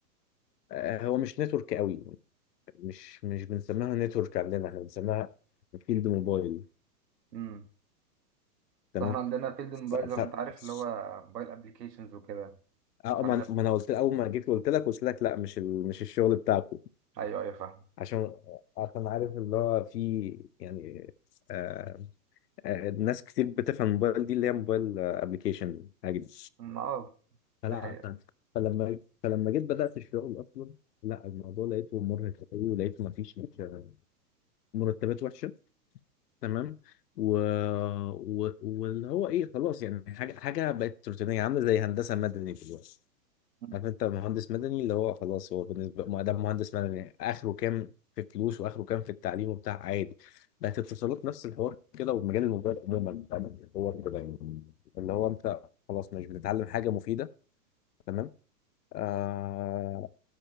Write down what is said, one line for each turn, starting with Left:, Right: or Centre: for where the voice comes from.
Left: آه، هو مش نتورك قوي مش مش بنسميها نتورك عندنا احنا بنسميها فيلد موبايل
Right: امم
Left: تمام
Right: فاحنا عندنا فيلد الموبايل
Left: ف...
Right: زي ما
Left: ف...
Right: انت عارف اللي هو موبايل ابلكيشنز وكده
Left: اه
Right: عندنا
Left: ما ما انا قلت اول ما جيت قلت لك قلت لك لا مش ال... مش الشغل بتاعكم
Right: ايوه ايوه فاهم
Left: عشان عشان عارف اللي هو في يعني آه آه ناس كتير بتفهم الموبايل دي اللي هي موبايل ابلكيشن حاجه دي.
Right: أمم، اه
Left: فلا
Right: دي حقيقة
Left: ف- فلما فلما جيت بدات الشغل اصلا لا الموضوع لقيته مرهق قوي ولقيته ما فيش آه، مرتبات وحشه تمام و... و... واللي هو ايه خلاص يعني حاجه حاجه بقت روتينيه عامله زي هندسه مدني دلوقتي
Right: مم.
Left: عارف انت مهندس مدني اللي هو خلاص هو بالنسبه ما ده مهندس مدني اخره كام في فلوس واخره كام في التعليم وبتاع عادي بقت اتصالات نفس الحوار كده ومجال الموبايل عموما فاهم؟ هو كده يعني اللي هو انت خلاص مش بتتعلم حاجه مفيده تمام آه